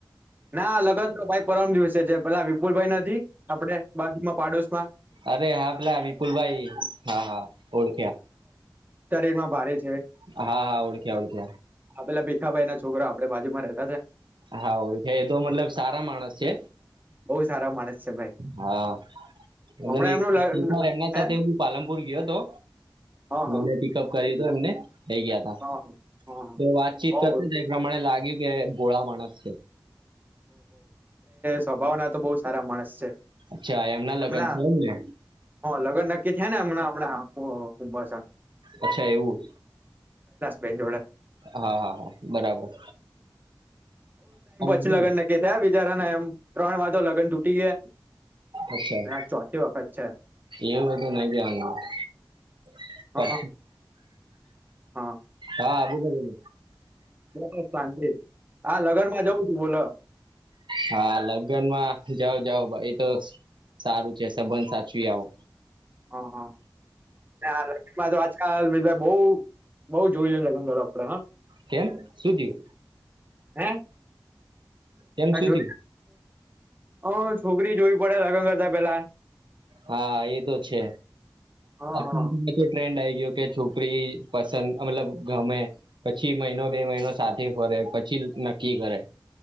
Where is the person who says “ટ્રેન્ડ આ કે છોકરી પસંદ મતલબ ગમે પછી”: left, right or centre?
Right